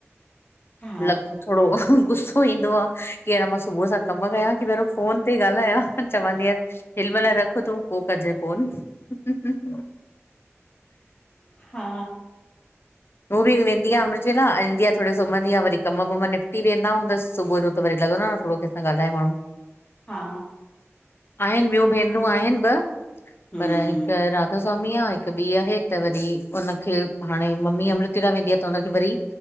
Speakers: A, on the left (about 20°); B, on the left (about 55°).
A: हा
B: लग थोड़ो गुस्सो ईंदो आ। कि आन मां सुबुह सां कम कयां कि पहिंरियों फोन ते ॻाल्हायां, चवंदी आहियां हिनमहल रखु तूं पो कजाईं फोन। हम् <inaudible>
A: हा
B: हू बि वेंदी आ अमृत वेला, ईंदी आ थोड़ो सुम्हंदी आ वरी कम वम निपटी वेंदा हूंदसि सुबुह जो त वरी लॻंदो आ न थोड़ो कंहिंसां ॻाल्हाए माण्हू।
A: हा
B: आहिनि ॿियूं भेनरूं आहिनि ॿ
A: हम्म
B: पर हिकु राधा स्वामी आ हिकु ॿी आहे, त वरी हुनखे हाणे मम्मी अमृतेला वेंदी आ त हुनखे वरी